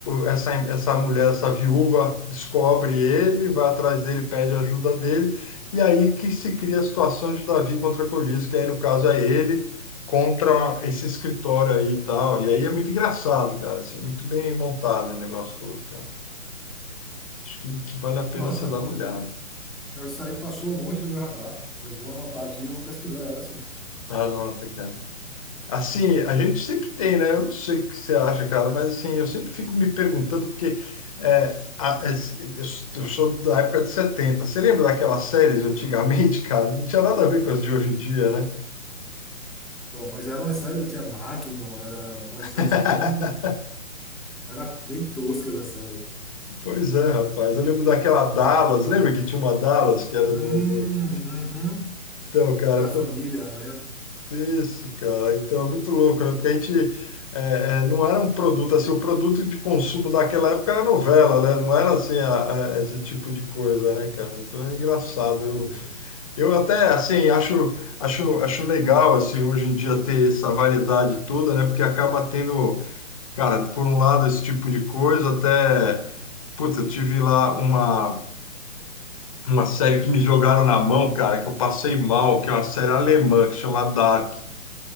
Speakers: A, on the left (about 25°); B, in the centre.
A: essa, essa mulher, essa viúva, descobre ele, vai atrás dele, pede ajuda dele, e aí que se cria a situação de Davi contra Golias, que aí no caso é ele contra esse escritório aí e tal. E aí é muito engraçado, cara, assim, muito bem montado o negócio todo, cara. Acho que, que vale a pena
B: Nossa,
A: você dar uma olhada.
B: essa aí passou longe do meu radar. Eu vou anotar aqui e vou pesquisar ela, sim.
A: Anota, cara. Assim, a gente sempre tem, né? Eu não sei o que você acha, cara, mas assim, eu sempre fico me perguntando, porque é, a- es- eu eu sou da época de setenta Você lembra daquelas séries de antigamente, cara? Não tinha nada a ver com as de hoje em dia, né?
B: Bom, mas era uma série, tinha Magnum, era umas
A: <laughs>
B: séries bem. Era bem toscas as séries.
A: Pois é, rapaz. Eu lembro daquela Dallas, lembra que tinha uma Dallas que era
B: Hum,
A: do. do...
B: uhum.
A: Então, cara,
B: Da família, né?
A: Isso, cara. Então é muito louco, né? Porque a gente é, é, não era um produto assim, o produto de consumo daquela época era novela, né? Não era assim a- a- esse tipo de coisa, né, cara? Então é engraçado.
B: Pois
A: Eu,
B: é.
A: eu até assim acho, acho, acho legal assim hoje em dia ter essa variedade toda, né? Porque acaba tendo, cara, por um lado esse tipo de coisa, até, putz, eu tive lá uma uma série que me jogaram na mão, cara, que eu passei mal, que é uma série alemã que chama Dark.